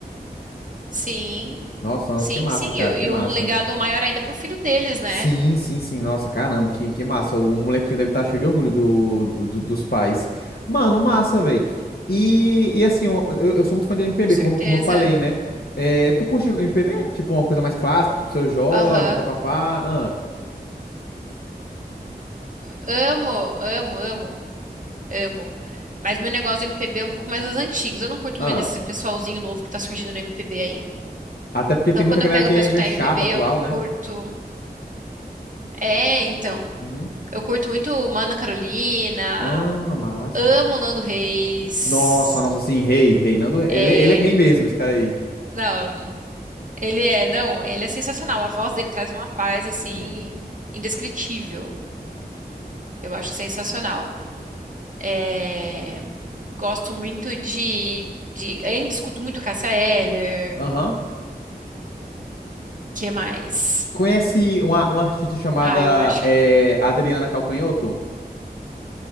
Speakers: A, on the right (about 50°); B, on the left (about 70°).
A: Sim,
B: Nossa, nossa,
A: sim,
B: que massa,
A: sim.
B: cara,
A: E,
B: que
A: e
B: massa.
A: um legado maior ainda pro filho deles, né?
B: Sim, sim, sim, nossa, caramba, que, que massa. O molequinho deve estar cheio de orgulho do, do- do- dos pais. Mano, massa, velho. E, e assim, eu, eu sou muito fã de MPB,
A: Com certeza.
B: como, como eu falei, né? É, tu curte MPB? Tipo, uma coisa mais clássica, tipo Seu Jorge,
A: Aham.
B: papapá. Ah,
A: Amo, amo, amo, amo. Mas meu negócio do MPB é um pouco mais dos antigos. Eu não curto
B: ah.
A: muito desse pessoalzinho novo que tá surgindo no MPB aí.
B: Até porque
A: Então,
B: tem muita
A: quando
B: galera
A: eu pego
B: que
A: pra escutar
B: é meio chata
A: MPB,
B: atual,
A: eu
B: né?
A: curto. É, então.
B: Uhum.
A: Eu curto muito Mana Carolina,
B: Ah, massa.
A: amo Nando Reis.
B: Nossa, nossa, sim, rei, rei. Nando, ele,
A: É...
B: ele é rei mesmo, esse cara aí.
A: Não, ele é, não, ele é sensacional. A voz dele traz uma paz assim
B: É.
A: indescritível. Eu acho sensacional. É... Gosto muito de, de, ainda escuto muito Cássia Eller.
B: Aham.
A: Que mais?
B: Conhece uma, uma artista chamada
A: Ah, eu acho.
B: eh, Adriana Calcanhoto?